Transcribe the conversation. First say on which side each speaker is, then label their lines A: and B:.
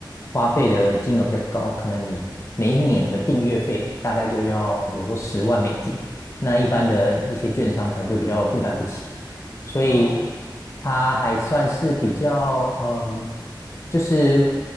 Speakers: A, on the left (about 35°); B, on the left (about 80°).
A: 花费的金额比较高，可能你每一年的订阅费大概就要比如说十万美金，那一般的一些券商可能就比较负担不起。
B: 嗯，
A: 所以
B: 哦，了解。
A: 它还算是比较嗯、就是